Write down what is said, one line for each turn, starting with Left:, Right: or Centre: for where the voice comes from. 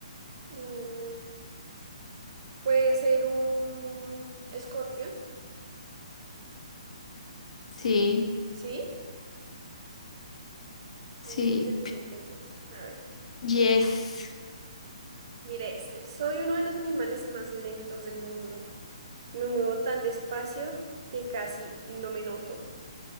Right: Mm, puede ser un escorpión,
Left: Sí,
Right: ¿sí?
Left: sí,
Right: Muy inteligente yo. A ver,
Left: yes.
Right: mira este. Soy uno de los animales más lentos del mundo. Me muevo tan despacio que casi no me noto.